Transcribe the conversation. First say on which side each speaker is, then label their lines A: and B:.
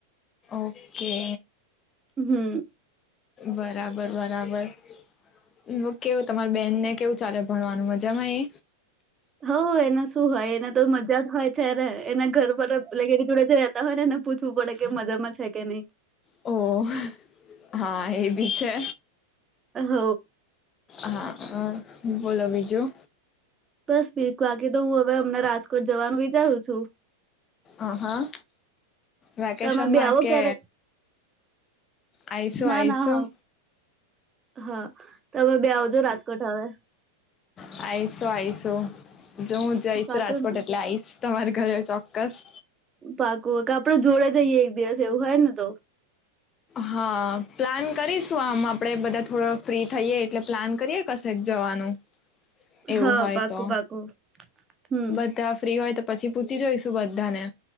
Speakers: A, on the left; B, on the right.
A: ઓકે,
B: હમ
A: બરાબર. બરાબર, હું કેવ કેવું તમારી બેનને કેવું ચાલે ભણવાનું, મજામાં એ?
B: હો એને શું હોય એને તો <unintelligible> એના ઘર <unintelligible> લગેડી જોડે છે. તરેને એને પૂછવું પડે કે મજામાં છે કે નઈ.
A: ઓ, હા એ બી છે.
B: હવ
A: હા. હા, બોલો બીજું?
B: બસ ભીક <unintelligible> હવે અમના રાજકોટ જવાનું વિચારું છું.
A: આ હા વેકેશનમાં
B: તમે બે આવો
A: કે,
B: ક્યારેક
A: આઈશું
B: ના
A: આઈશું.
B: ના હા, તમે બે આવજો રાજકોટ હવે.
A: આઈશું આઈશું જો હું જઈશ
B: પાકું
A: રાજકોટ
B: ને
A: એટલે આઈશ તમારે ઘરે ચોક્કસ
B: પાકું કે આપડે જોડે જઈએ એક દિવસ એવું હોય ને તો
A: હા, પ્લાન કરીશું આમ, આપડે બધા થોડો ફ્રી થઈએ એટલે પ્લાન કરીએ કશેક જવાનું એવું
B: હા
A: હોય
B: પાકું
A: તો,
B: પાકું હમ
A: બધા ફ્રી હોય તો પછી પૂછી જોઈશું બધા ને